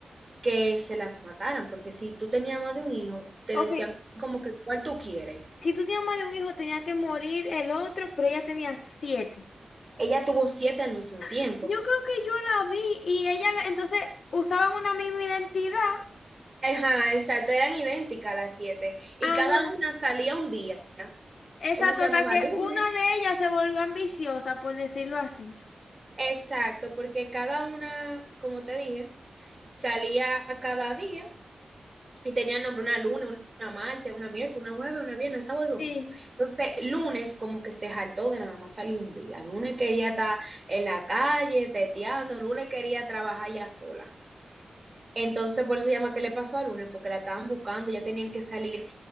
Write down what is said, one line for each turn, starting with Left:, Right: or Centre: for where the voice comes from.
Right: que se las mataran, porque si tú tenías más de un hijo, te
Left: Ok,
Right: decían como que, ¿cuál tú quieres?
Left: si tú tenías más de un hijo, tenía que morir el otro, pero ella tenía siete.
Right: Ella tuvo siete al mismo tiempo.
Left: Yo creo que yo la vi y ella, la- entonces, usaban una misma identidad.
Right: Ajá, exacto, eran idénticas las siete y
Left: Ajá.
Right: cada una salía un día.
Left: Exacto,
Right: Una se
Left: hasta
Right: llamaba
Left: que
Right: lunes,
Left: una de ellas se volvió ambiciosa, por decirlo así.
Right: exacto, porque cada una, como te dije, salía cada día y tenía nombre una lunes, una martes, una miércoles, una jueves, una viernes, sábado y domingo.
Left: Sí.
Right: Entonces, lunes como que se jaltó de nada más salir un día. Lunes quería estar en la calle, teteando, lunes quería trabajar ya sola. Entonces, por eso se llama ¿Qué le pasó al lunes? Porque la estaban buscando, ya tenían que salir